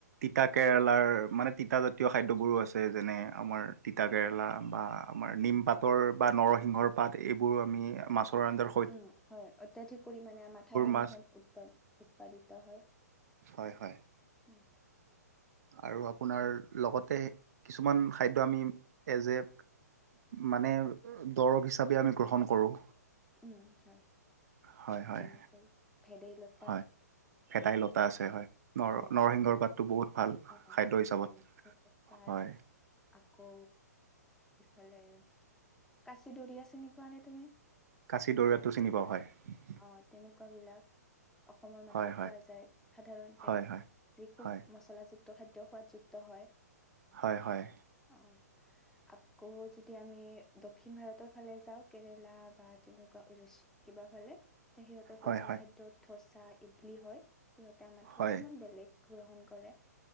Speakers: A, on the right (about 65°); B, in the centre.
A: তিতা কেৰেলাৰ মানে তিতাজাতীয় খাদ্যবোৰো আছে যেনে আমাৰ তিতা কেৰেলা বা আমাৰ
B: উম।
A: নিমপাতৰ বা নৰসিংহৰ পাত এইবোৰ আমি মাছৰ আঞজাৰ
B: উম হয় অত্যাধিক পৰিমাণে আমাৰ ঠাইসমূহত
A: মাছ
B: উৎপ উৎপাদিত হয়
A: হয় হয়
B: উ
A: আৰু আপোনাৰ লগতে কিছুমান খাদ্য আমি এজ এ মানে দৰৱ হিচাপে আমি গ্ৰহণ কৰোঁ
B: উম হয়
A: হয় হয়
B: তেনেকৈ ভেদাইলত
A: হয় ভেদাইলতা আছে হয় নৰ
B: অ',
A: নৰসিংহৰ পাত টো বহুত ভাল
B: অ',
A: খাদ্য হিচাপত
B: অ', নৰসিংহ পাত
A: হয়
B: আকৌ ইফালে কাচি দৰিয়া চিনি পোৱা নে তুমি
A: কাঁচি দৰিয়টো চিনি পোৱাওঁ হয়
B: অ তেনেকুৱা বিলাক অসমৰ মাটিত
A: হয় হয়
B: পোৱা যায় সাধাৰণতে
A: হয় হয়
B: যি খুব
A: হয়
B: মচলাযু খাদ্য সোৱাদযুক্ত হয়
A: হয় হয়
B: অ আকৌ যদি আমি দক্ষিণ ভাৰতৰ ফালে যাওঁ কেৰেলা বা তেনেকুৱা উৰিষ্য কিবা ফালে তে সিহঁতৰ
A: হয়
B: প্ৰধান
A: হয়
B: খাদ্য থচা ইডলি হয় সিহঁতে আমাতকৈ
A: হয়।
B: অকণমান বেলেগ গ্ৰহণ কৰে